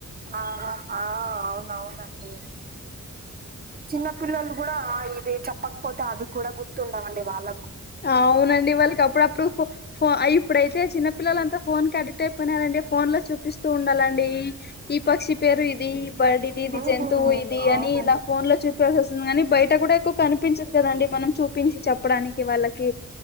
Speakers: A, on the right (about 30°); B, on the left (about 30°).
A: ఆహ ఆ ఆ అవున అవునండి చిన్న పిల్లలు కూడా ఇవి చెప్పకపోతే అవి కూడా గుర్తుండవండి వాళ్ళ
B: అవునండి వాళ్ళకి అప్పుడప్పుడు ఫో ఫో ఆ ఇప్పుడైతే చిన్న పిల్లలంతా ఫోన్ కి అడిక్ట్ అయిపోయినారండి ఫోన్ లో చూపిస్తూ ఉండాలండి ఈ ఈ పక్షి పేరు ఇది బర్డ్ ఇది ఇది
A: ఉమ్,
B: జంతువు ఇది
A: అవునండి
B: అని ఇలా ఫోన్ లో చూప్ సి వస్తుంది కానీ బయట కూడా ఎక్కువ కనిపించదు కదండి మనం చూపించి చెప్పడానికి వాళ్ళకి